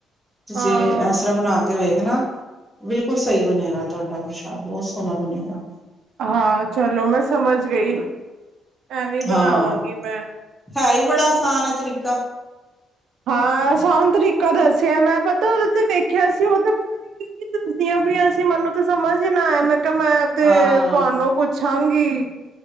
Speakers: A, in the centre; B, on the right.
A: ਤੁਸੀਂ
B: ਹਾਂ
A: ਇਸ ਤਰ੍ਹਾਂ ਬਣਾ ਕੇ ਵੇਖਣਾ ਬਿਲਕੁਲ ਸਹੀ ਬਣੇਗਾ ਤੁਹਾਡਾ ਪ੍ਰਸ਼ਾਦ ਬਹੁਤ ਸੋਹਣਾ ਬਣੇਗਾ
B: ਹਾਂ ਚਲੋ ਮੈਂ ਸਮਝ ਗਈ ਐਵੇਂ ਬਣਾਵਾਂਗੀ
A: ਹਾਂ
B: ਮੈਂ
A: ਹੈ ਹੀ ਬੜਾ ਆਸਾਨ ਹੈ ਤਰੀਕਾ ਕਾਹ
B: ਹਾਂ ਸਵਤਰੀ ਕ ਦੱਸ ਮੈਂ ਪਤਾ ਉਹਦੇ ਤੇ ਵੇਖਿਆ ਸੀ ਉਹ ਤੇ ਪਤਾ ਨੀ ਕੀ ਕੀ ਦੱਸਦੀਆਂ ਪ ਅਸੀਂ ਮੈਨੂੰ ਤਾਂ ਸਮਝ ਹੀ ਨਾ ਆਇਆ ਮੈਂ ਮੈਂ ਤੇ
A: ਹਾਂ
B: ਤੁਹਾਨੂੰ ਪੁੱਛ ਠਾਂਗੀ